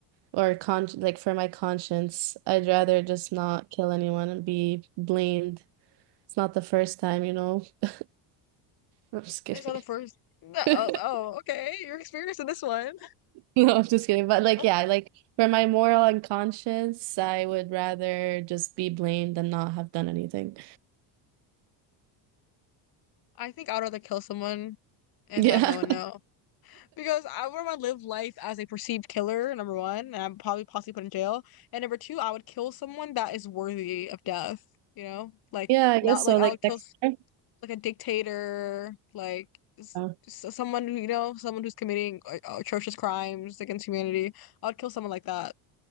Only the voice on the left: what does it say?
I saw the first. That
I was, oh, okay. You're experienced in this one.
Okay.
I think I'd rather kill someone and
have no one
know because I would want to live life as a perceived killer, number one, and I'm probably possibly put in jail. And number two, I would kill someone that is worthy of death. You know, like
not
like
I
would kill.
like a dictator, like s-
s- someone who, you know, someone who's committing uh, atrocious crimes against humanity. I would kill someone like that.